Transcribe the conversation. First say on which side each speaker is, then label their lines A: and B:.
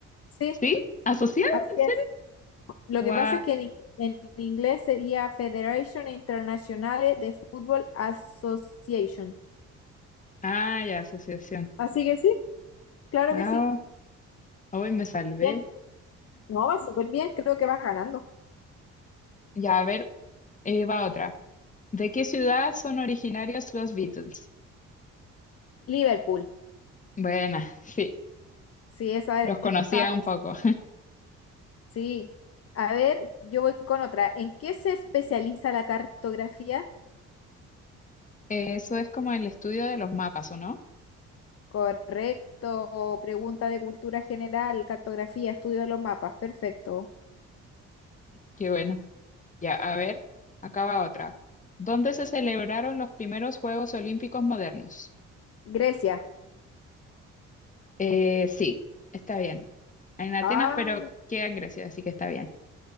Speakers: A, on the left (about 50°); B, on the left (about 25°).
A: sí,
B: ¿Sí? ¿Asociado?
A: así
B: ¿En
A: es.
B: serio?
A: Lo
B: Guau.
A: que pasa es que en, i- en inglés sería Federation Internationale de Football Association.
B: Ah, ya, asociación.
A: Así que sí, claro
B: Ah,
A: que sí.
B: hoy me salvé.
A: Bien, no, va súper bien, creo que vas ganando.
B: Ya, a ver, eh, va otra. ¿De qué ciudad son originarios los Beatles?
A: Liverpool,
B: Buena, <laughs> sí,
A: sí, esa
B: los
A: e-
B: conocía
A: está fácil.
B: un poco.
A: Sí. A ver, yo voy con otra. ¿En qué se especializa la cartografía?
B: Eso es como el estudio de los mapas, ¿o no?
A: Correcto. Pregunta de cultura general, cartografía, estudio de los mapas. Perfecto.
B: Qué bueno. Ya, a ver, acaba otra. ¿Dónde se celebraron los primeros Juegos Olímpicos modernos?
A: Grecia.
B: Eh, sí, está bien. En Atenas,
A: Ah,
B: pero queda en Grecia, así que está bien.